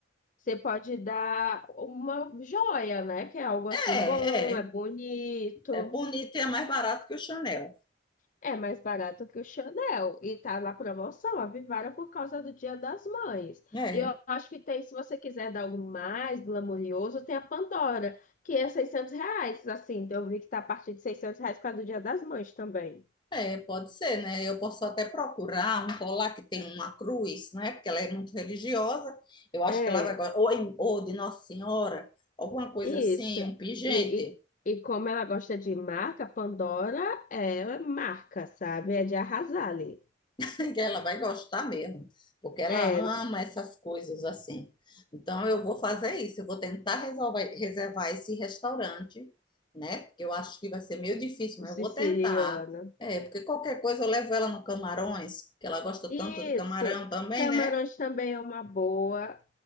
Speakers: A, on the left; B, on the left.
A: Você pode dar uma joia, né? Que é algo
B: É,
A: assim bom, é
B: é.
A: bonito.
B: É bonito e é mais barato que o Chanel.
A: É mais barato que o Chanel e tá na promoção, avivaram por causa do Dia das Mães.
B: É.
A: E eu acho que tem, se você quiser dar algo mais glamouroso, tem a Pandora, que é seiscentos reais, assim, Então, eu vi que tá a partir de 600 reais por causa do Dia das Mães também.
B: É, pode ser, né? Eu posso até procurar um colar que tem uma cruz, né? Porque ela é muito religiosa. Eu acho
A: É,
B: que ela vai gostar. Ou, em- ou de Nossa Senhora, alguma coisa
A: isso.
B: assim, um pingente,
A: E, e, e como ela gosta de marca, Pandora é marca, sabe? É de arrasar ali.
B: <laughs> que ela vai gostar mesmo, porque ela
A: É,
B: ama essas coisas assim. Então, eu vou fazer isso. Eu vou tentar resolver, reservar esse restaurante, né? Porque eu acho que vai ser meio difícil,
A: o
B: mas
A: siciliano.
B: eu vou tentar. É, porque qualquer coisa eu levo ela no Camarões, que ela gosta
A: Isso.
B: tanto do camarão também,
A: Camarões
B: né?
A: também é uma boa.